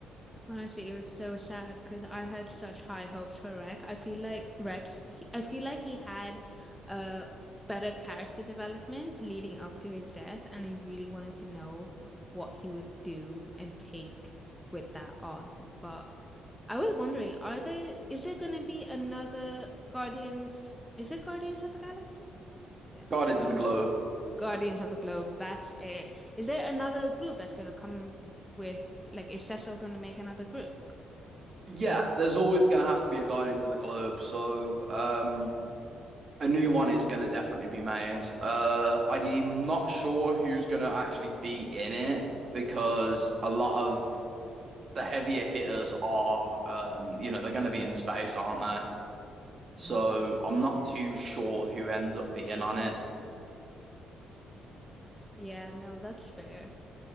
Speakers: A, in the centre; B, on the right.
A: Honestly, it was so sad because I had such high hopes for Rex. I feel like Rex, he, I feel like he had a better character development leading up to his death, and I really wanted to know what he would do and take with that on. But I was wondering, are there is there gonna be another Guardians? Is it Guardians of the Galaxy? Yeah.
B: Guardians
A: Am I
B: of the Globe
A: Guardians of the Globe. That's it. Is there another group that's gonna come with like is Cecil gonna make another group?
B: Yeah, there's always going to have to be a Guardians of the Globe, so um, a new one is going to definitely be made. Uh, I'm not sure who's going to actually be in it because a lot of the heavier hitters are, um, you know, they're going to be in space, aren't they? So
A: Mm.
B: I'm not
A: Yeah.
B: too sure who ends up being on it.
A: Yeah, no, that's fair.